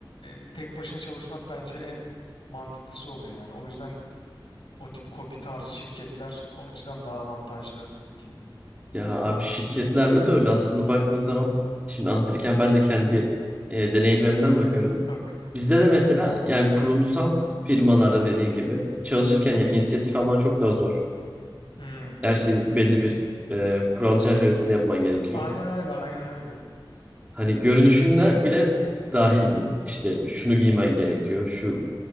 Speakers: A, on the left (about 75°); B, on the right (about 15°).
A: e, tek başına çalışmak bence en mantıklısı oluyor yani. O yüzden o tip KOBİ tarzı şirketler o açıdan daha avantajlı diyeyim.
B: Ya abi şirketlerde de öyle aslında baktığın zaman şimdi anlatırken ben de kendi e, deneyimlerimden bakıyorum.
A: Tabii.
B: Bizde de mesela yani kurumsal firmalarda dediğin gibi çalışırken ya inisiyatif alman çok daha zor.
A: Hmm.
B: Her şeyi belli bir e, kural çerçevesinde yapman gerekiyor.
A: Aynen öyle, aynen öyle.
B: Hani görünüşüne bile dahil bu. İşte şunu giymen gerekiyor, şu